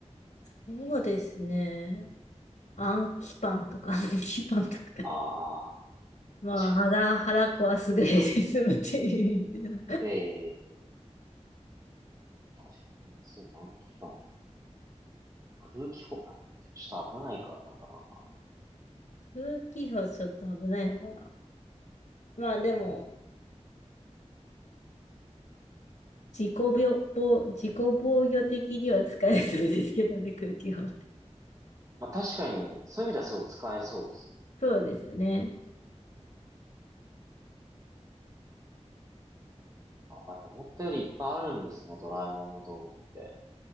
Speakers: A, on the left; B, on the right.
A: そうですね。暗記パンとか、暗記パンとか。
B: あ
A: まあ、
B: あ、確かに。
A: 腹、腹壊すぐらいで済むっていう意味では
B: ええ確かに。秘密とか暗記パン。空気砲、まあ、空気砲ちょっと危ないからな。
A: 風紀法ちょっと危ないのかな。まあでも、自己防御、自己防御的には使えそうですけどね、空気法って。
B: まあ確かに、そういう意味ではすごい使えそうですね。
A: そうですよね。
B: あ、思ったよりいっぱいあるんですね、ドラえもんの道具って。